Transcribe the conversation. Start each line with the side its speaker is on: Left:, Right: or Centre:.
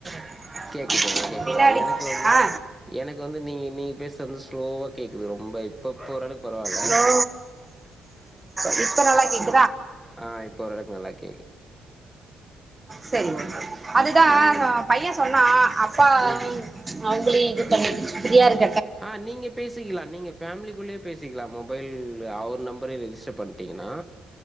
Right: <unintelligible>
Centre: கேட்குதா கேட்குதா
Right: பின்னாடி
Centre: எனக்கு வந்து
Right: அ
Centre: எனக்கு வந்து நீங்கள் நீங்கள் பேசுகிறது வந்து ஸ்லோவாக கேட்குது ரொம்ப இப்போ இப்போ ஓரளவுக்கு பரவாயில்ல
Right: ஹலோ <unintelligible> இப்ப நல்லா கே இத
Centre: ஆஹ் இப்ப ஓரளவுக்கு நல்லா கேக்
Right: செரிங்க அதுதா
Centre: ம்
Right: பைய சொன்னா அப்பா
Centre: ம்
Right: அவங்களையு இது பண்ணி ஃபிரிய இருக்
Centre: ஆஹ் நீங்க பேசிக்கலா நீங்க ஃபேமிலிக்குள்ளயே பேசிக்கலா மொபைல் அவர் நம்பரையு ரிஜிஸ் ஸ்டர் பண்ணிட்டிங்கன்னா